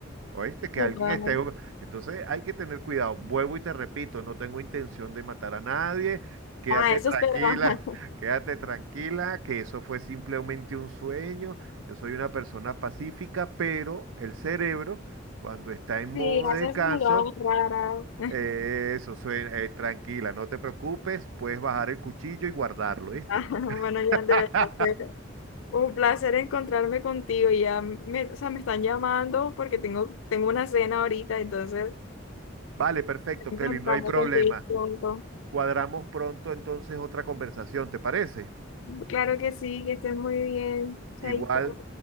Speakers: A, on the right (about 85°); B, on the left (about 85°).
A: Oíste que
B: Total.
A: alguien esté jugando. Entonces hay que tener cuidado. Vuelvo y te repito, no tengo intención de matar a nadie. Quédate
B: Ah, eso
A: tranquila,
B: espero. <laughs>
A: <laughs> quédate tranquila, que eso fue simplemente un sueño. Yo soy una persona pacífica, pero el cerebro, cuando está en modo
B: Sí,
A: de
B: haces
A: descanso,
B: miradas raras. <laughs>
A: eh, eso suena, eh, tranquila, no te preocupes, puedes bajar el cuchillo y guardarlo, ¿viste?
B: Ah, Bueno, ya
A: <laughs>
B: de verdad fue un placer encontrarme contigo. Ya me, o sea, me están llamando porque tengo, tengo una cena ahorita, entonces
A: Vale, perfecto,
B: encontrarme
A: Kelly, no hay problema.
B: contigo pronto.
A: Cuadramos pronto entonces otra conversación, ¿te parece?
B: Claro que sí, que estés muy bien.
A: Igual.
B: Chaito.